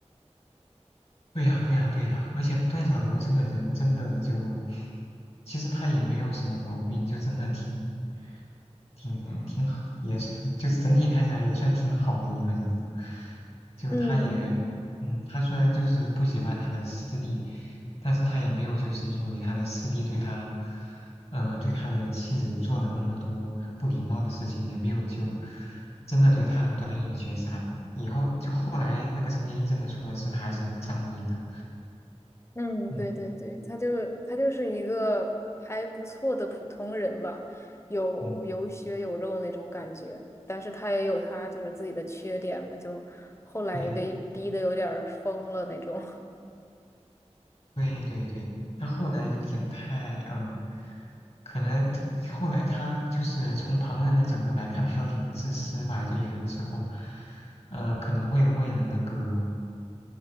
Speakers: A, on the left (about 60°); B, on the left (about 25°).
A: 对呀，对呀，对呀，而且段小楼这个人真的就，其实他也没有什么毛病，就真的挺挺挺好，也是 <laughs> 就是整体看起来也算挺好的一个人了。就他也，
B: 嗯。
A: 嗯，他虽然就是不喜欢他的师弟，但是他也没有就是因为他的师弟对他，呃，对他的妻子做了那么多不礼貌的事情，也没有就真的对他恩断义绝啥的。以后就后来那个陈蝶衣真的出了事，他还是很仗义的。
B: 嗯，
A: 嗯
B: 对对对，他就他就是一个还不错的普通人吧，有有血有肉那种感觉，
A: 嗯，
B: 但是他也有他就是自己的缺点嘛，就后来被逼得有点儿疯了那种。
A: 对
B: <laughs>
A: 对对对，他后来有点太嗯，可能他后来他就是从旁人的角度来看，他有点自私吧，就有的时候，呃，可能会为了那个